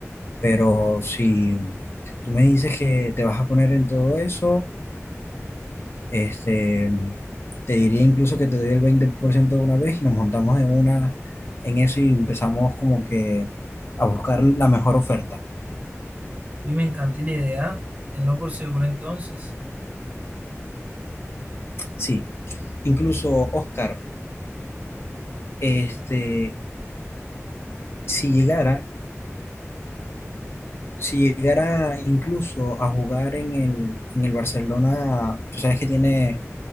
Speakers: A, on the left (about 50°); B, on the right (about 30°).
A: Pero si tú me dices que te vas a poner en todo eso, este, te diría incluso que te doy el 20% de una vez y nos montamos en una, en eso y empezamos como que a buscar la mejor oferta.
B: Uy, me encanta la idea. Tenlo por seguro entonces.
A: Sí, incluso Oscar, este, si llegara, si llegara incluso a jugar en el, en el Barcelona, tú sabes que tiene